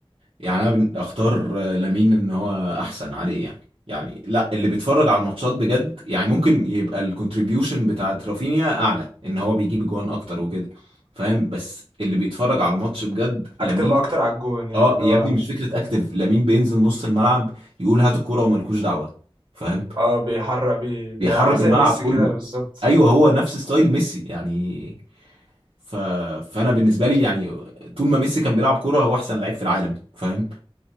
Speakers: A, on the right (about 65°); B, on the right (about 50°).
A: يعني انا بن- اختار آه، لامين ان هو احسن عليه يعني يعني لا اللي بيتفرج على الماتشات بجد يعني ممكن يبقى الكونتريبيوشن بتاعت رافينيا اعلى ان هو بيجيب جوان اكتر وكده فاهم بس اللي بيتفرج على الماتش بجد لامين
B: اكتف اكتر على الجون يعني
A: اه
B: اللي
A: يا
B: هو
A: ابني مش فكرة اكتف لامين بينزل نص الملعب يقول هات الكرة وملكوش دعوة فاهم
B: اه بيحرق بي, بي
A: بيحرك
B: عامل زي
A: الملعب
B: ميسي
A: كله
B: كده بالظبط
A: ايوه هو نفس ستايل ميسي يعني ف... فانا بالنسبة لي يعني طول ما ميسي كان بيلعب كرة هو احسن لعيب في العالم فاهم